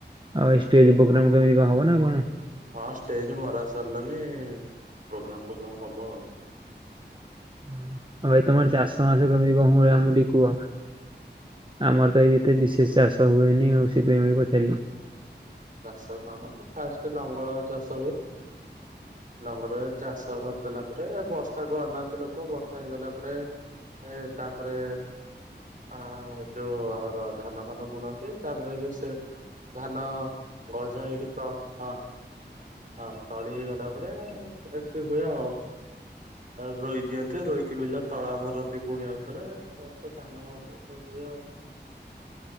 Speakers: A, on the right; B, on the right.
A: ଆଉ ଏଇ ଷ୍ଟେଜ୍ ପୋଗ୍ରାମ୍ କେମିତି କଣ ହବ ନା କଣ?
B: ହଁ ଷ୍ଟେଜ୍ ମରା ସାରିଲାଣିି ପୋଗ୍ରାମ୍ ଫୋଗ୍ରାମ୍ ହବ ଆଉ।
A: ହୁଁ ଭାଇ ତମର ଚାଷ ମାସ କେମିତି କଣ ହୁଏ ଆମୁକୁ ଟିକେ କୁହ? ଆମର ତ ଏତେ ବିଶେଷ ଚାଷ ହୁଏନି ଆଉ ସେଥିପାଇଁ ଭାଇ ପଚାରିଲି?
B: ଚାଷ କଣ ଫାଷ୍ଟ ଲଙ୍ଗଳରେ ଚାଷ ହୁଏ। ଲଙ୍ଗଡରେ ଚାଷ କରିଦେଲା ପରେ ବର୍ଷାକୁ ଅନାନ୍ତି ଲୋକ ବର୍ଷା ହେଇଗଲା ପରେ ଏ ତାପରେ ଆ ଯୋଉ ଆମର ଧାନ ଫାନ ବୁଣନ୍ତି ତାପରେ ସେ ଧାନ ଗଜା ହେଇକି <unintelligible> ହଁ ତଳି ହେଇଗଲା ପରେ ଏମିତି ହୁଏ ଆଉ। ରୋଇ ଦିଅନ୍ତି ରୋଇକି ବିଲା ତଳା ମାରନ୍ତି ପୁଣି ଆଉ ଥରେ ତା ତ ଧାନ ହୁଏ ଆଉ।